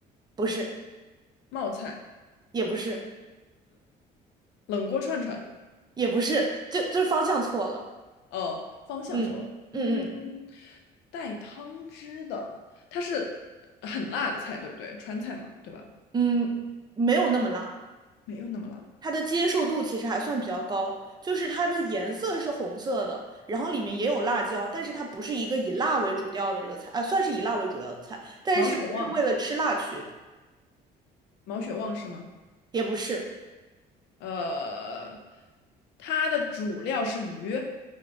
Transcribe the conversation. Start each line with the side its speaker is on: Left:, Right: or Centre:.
Right: 不是，
Left: 冒菜、
Right: 也不是，
Left: 冷锅串串。
Right: 也不是，就就是方向错了，
Left: 哦，方向错了。
Right: 嗯嗯
Left: 嗯，带汤汁的，它是很辣的菜，对不对？川菜嘛，对吧？
Right: 嗯嗯，没有那么辣。
Left: 没有那么辣。
Right: 它的接受度其实还算比较高，就是它的颜色是红色的，然后里面也有辣椒，但是它不是一个以辣为主调的这个菜，啊，算是以辣为主调的菜，但是不是为了吃辣去的，
Left: 毛血旺，毛血旺是吗？
Right: 也不是，
Left: 呃，它的主料是鱼，